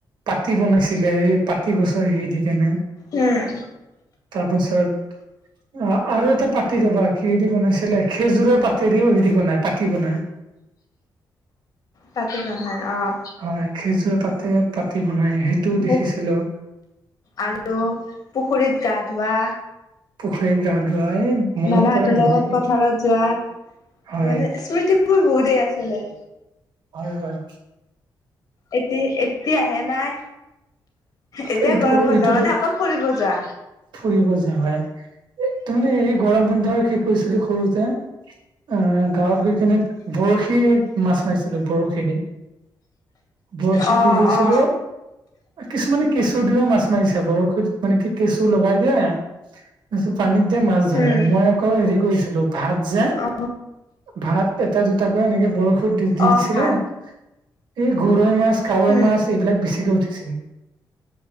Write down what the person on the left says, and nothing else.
উমঁ।
পাতি বনাই অঁ'।
পু আৰু পুখুৰীত গা ধোৱা।
মামাহঁতৰ
লগত পথাৰত যোৱা
মানে স্মৃতিবোৰ বহুতেই আছিলে।
এট এতিয়াহে নাই। এতিয়া
গৰম বন্ধ
মানে
অকল ফৰিব যোৱা।
অ
অ
উম
অ
অ
ভাল
উম